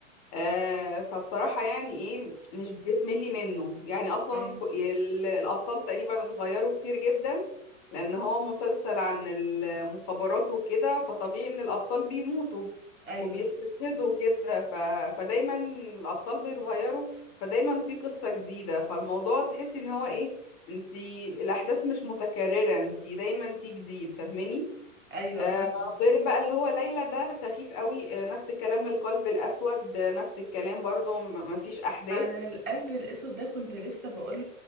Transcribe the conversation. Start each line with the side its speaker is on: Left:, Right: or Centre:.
Left: آه فبصراحة يعني ايه مش بتملي منه يعني اصلا
Right: ايوه
Left: ك- ال- الابطال تقريبا اتغيروا كتير جدا لان هو مسلسل عن المخابرات وكده فطبيعي ان الابطال بيموتوا
Right: ايوه
Left: وبيستشهدوا كده ف... فدايما الابطال بيتغيروا فدايما في قصة جديدة فالموضوع تحسي ان هو ايه انتي الاحداث مش متكررة انتي دايما في جديد فاهماني
Right: ايوه
Left: آه،
Right: فاهم
Left: غير بقى اللي هو ليلى ده سخيف قوي آه، نفس الكلام القلب الأسود آه، نفس الكلام برضو م- مفيش أحداث
Right: انا القلب الاسود ده كنت لسه بقول